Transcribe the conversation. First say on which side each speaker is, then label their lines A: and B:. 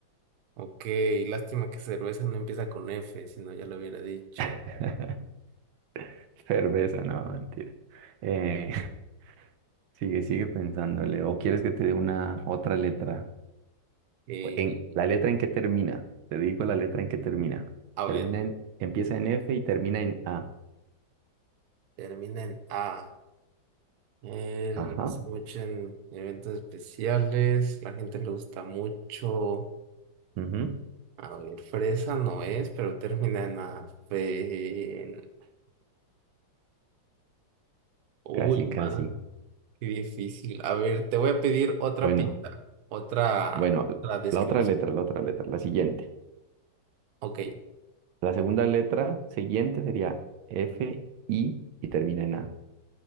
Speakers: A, on the right; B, on the right.
A: Ok, lástima que cerveza no empieza con F, si no ya lo hubiera dicho.
B: <laughs> Cerveza, no, mentira. Eh, <laughs> sigue, sigue pensándole. ¿O quieres que te dé una otra letra?
A: Eh,
B: En,
A: eh,
B: ¿la letra en que termina? Te digo la letra en que termina.
A: a
B: Termina
A: ver,
B: en, empieza en F y termina en A.
A: termina en A. Él
B: Ajá.
A: lo hace mucho en eventos especiales. La gente le gusta mucho.
B: ujú,
A: A ver, fresa no es, pero termina en A. Fe- en- Uy,
B: Casi,
A: man,
B: casi.
A: qué difícil. A ver, te voy a pedir otra
B: Bueno,
A: pista, otra,
B: bueno,
A: otra descripción.
B: la otra letra, la otra letra, la siguiente.
A: Ok.
B: La segunda letra siguiente sería F, I y termina en A.